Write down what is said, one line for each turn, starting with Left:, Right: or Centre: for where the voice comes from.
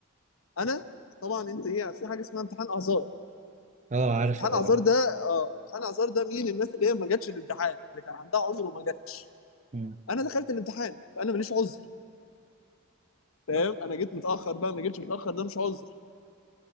Left: انا طبعا انت ايه في حاجه اسمها امتحان اعذار
Right: اه عارفه
Left: امتحان
Right: طبعا
Left: اعذار ده اه امتحان اعذار ده مين الناس اللي هي ما جاتش الامتحان اللي كان عندها عذر وما جاتش
Right: مم.
Left: انا دخلت الامتحان فانا ماليش عذر فاهم انا جيت متاخر بقى ما جيتش متاخر ده مش عذر